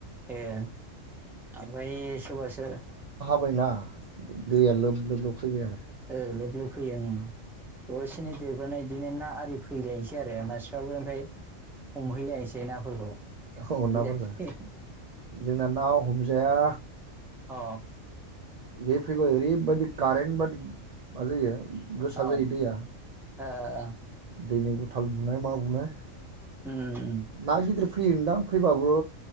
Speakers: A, in the centre; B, on the right.
A: ए ओमफ्राय सोरबासो
B: बायना दैया लोब लोबल' फैबाय आरो
A: ओ लोब लोब फैयो ओ दसेनि देरबोनाय बिदिनो ना आरि फैलायसै आरो मानसिफ्राबो ओमफ्राय हमहैलायसै नाफोरखौ
B: औ
A: बिदि
B: नाफोरखो,
A: जासै
B: जोंना ना हमजाया
A: अ
B: जै फैबाय ओरैबादि कारेनबादि मा जायो गोसा
A: ओ
B: जायो दैया।
A: ओ
B: दैनि गु गुथाल बुनाय मा बुनाय
A: ओम
B: ना गिदिर फैयोनदां फैबाबो